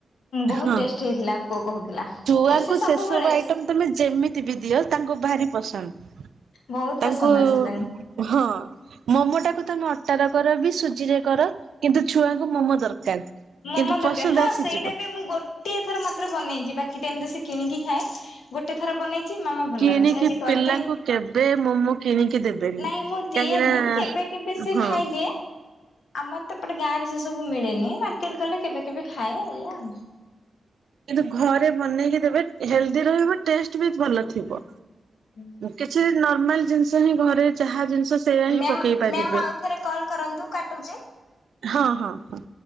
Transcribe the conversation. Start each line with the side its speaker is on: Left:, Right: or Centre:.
Left: ବହୁତ
Right: ହଁ
Left: ଟେଷ୍ଟ ହେଇଥିଲା। କୁ କହୁଥିଲା।
Right: ଛୁଆଙ୍କୁ
Left: ଏ ସେ
Right: ସେସବୁ
Left: ସବୁବେଳେ
Right: ଆଇଟମ୍ ତମେ ଯେମିତି ବି ଦିଅ ତାଙ୍କୁ ଭାରି ପସନ୍ଦ।
Left: ବହୁତ
Right: ତାଙ୍କୁ
Left: ପସନ୍ଦ ଆସେ ତାଙ୍କୁ।
Right: ହଁ ମୋମୋ ଟାକୁ ତମେ ଅ ଟା ର କର ବି ସୁଜି ରେ କର କିନ୍ତୁ ଛୁଆଙ୍କୁ ମୋମୋ ଦରକାର।
Left: ମୋମୋ
Right: କିନ୍ତୁ
Left: ଦରକାର
Right: ପସନ୍ଦ
Left: ହଁ
Right: ଆସିଯିବ
Left: ସେଇଟା ବି ମୁଁ ଗୋଟ ଗୋଟିଏ ଥର ମାତ୍ର ବନେଇଛି ବାକି ଟାଇମ୍ ତ ସେ କିଣିକି ଖାଏ ଗୋଟେ ଥର ବନେଇ ଛି ମାମା ଭଲ
Right: କିଣିକି
Left: ଲାଗୁଛି ଆଜି କରିଦେ
Right: ପିଲାଙ୍କୁ କେବେ ମୋମୋ କିଣିକି ଦେବେନି।
Left: ନାଇଁ ମୁଁ
Right: କାହିଁକି
Left: ଦିଏନି
Right: ନା
Left: କେବେ କେବେ ସେ
Right: ହଁ
Left: ଖାଇଦିଏ। ଆମର ତପଟେ ଗାଁ ରେ ସେ ସବୁ ମିଳେନି ମାର୍କେଟ ଗଲେ କେବେ କେବେ ଖାଏ ଏଇଆ ଆଉ
Right: କିନ୍ତୁ ଘରେ ବନେଇକି ଦେବେ ହେଲ୍ଦି ରହିବ ଟେଷ୍ଟ ବି ଭଲ ଥିବ।
Left: ହୁଁ।
Right: କିଛି ନର୍ମାଲ ଜିନିଷ ହିଁ ଘରେ ଯାହା ଜିନିଷ ସେଇୟା ହିଁ
Left: ମ୍ୟାମ୍
Right: ପକେଇ ପାରିବେ
Left: ମ୍ୟାମ୍ ଆଉଥରେ କଲ୍ କରନ୍ତୁ କାଟୁଚି
Right: ହଁ ହଁ ହଁ।